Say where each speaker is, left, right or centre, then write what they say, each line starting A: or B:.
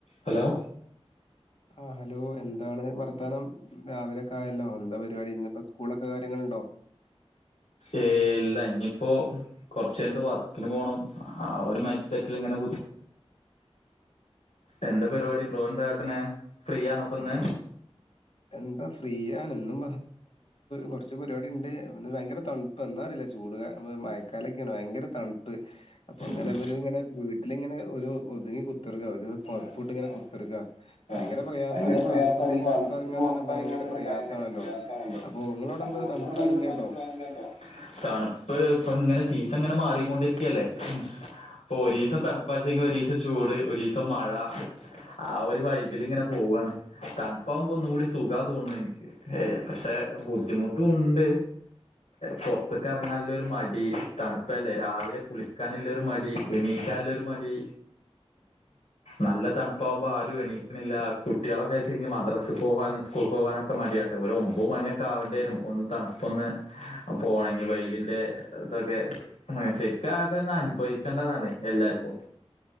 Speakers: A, on the left; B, on the left.
A: Hello
B: ആ hello എന്താണ് വർത്താനം രാവിലെക്കായല്ലോ ന്താ പരിപാടി ഇന്നിപ്പോ സ്കൂളൊക്കെ കാര്യങ്ങളുണ്ടോ
A: ഏയ് ഇല്ല ഇനിയിപ്പോ കൊറച്ചു കഴഞ്ഞിട്ട് വർക്കിന് പോകണം ആ ഒരു മൈൻഡ്സെറ്റിൽ ഇങ്ങനെ എന്താ പരിപാടി ബ്രോ? എന്താ കാട്ടണേ ഫ്രീ ആണോ ഇപ്പ
B: <unintelligible>
A: ഇന്ന്
B: എന്താ ഫ്രീ ആണ് ഇന്നും കുറച്ച് പരിപാടി ഉണ്ട് ഭയങ്കര തണുപ്പ് എന്താ അറിയില്ല ചൂട് മഴക്കാലൊക്കെയാണ് ഭയങ്കര തണുപ്പ് അപ്പൊ
A: ഉം
B: ഇങ്ങനെ ഇങ്ങനെ വീട്ടിലിങ്ങനെ ഒരു ഒതുങ്ങി കുതിരിക്ക ഒരു
A: കൊടുക്കുക,
B: പുതപ്പിട്ട്
A: ഒരു
B: ഇങ്ങനെ
A: ഔട്ട്പുട്ട്
B: കുത്തിർക്കാ
A: കൊടുക്കുക.
B: ഭയങ്കര
A: ഭയങ്കര
B: ഈ
A: പ്രയാസാണ്
B: തണുപ്പത്ത്
A: ഈ
B: പുറത്തിറങ്ങാൻ
A: തണുപ്പത്ത് പുറത്തിറങ്ങാൻ
B: തന്നെ ഭയങ്കര
A: തന്നെ
B: പ്രയാസമാണല്ലോ
A: ഭയങ്കര പ്രയാസാണല്ലോ
B: അപ്പൊ നിങ്ങളവിടെ
A: <unintelligible>
B: എന്താ തണുപ്പ് കാര്യം എന്തേണ്ടോ
A: തണുപ്പ് ഇപ്പോ ഇങ്ങനെ സീസൺ ഇങ്ങനെ മാറിക്കൊണ്ടിരിക്കല്ലേ. അപ്പൊ ഒരീസം തണുപ്പാചെങ്കിൽ ഒരീസം ചൂട് ഒരീസം മഴ ആ ഒരു വൈബിലിങനെ പോവാണ്. തണുപ്പാവുമ്പോ ഒന്നും കൂടി സുഖാ തോന്നുന്നു എനിക്ക് ഏ പക്ഷെ ബുദ്ധിമുട്ടും ഉണ്ട്. പുറത്ത്ക്ക് ഇറങ്ങാനുള്ള ഒരു മടി തണുപ്പല്ലേ രാവിലെ കുളിക്കാനിള്ള ഒരു മടി എണീ <unintelligible> മടി നല്ല തണുപ്പാവുമ്പോ ആരും എണീക്കണില്ല കു കുട്ടികളൊക്കെ <unintelligible> മദ്രസ് പോകാനും സ്കൂൾ പോകാനൊക്കെ <unintelligible> ഒരു ഒമ്പത് മണിയൊക്കെ ആകണ്ടേരും ഒന്ന് തണുപ്പൊന്ന് പോണെങ്കി വൈലിന്റെ ഇതൊക്കെ അ ശരിക്ക <unintelligible> അനുഭവിക്കേണ്ടതാണ്. എല്ലാർക്കും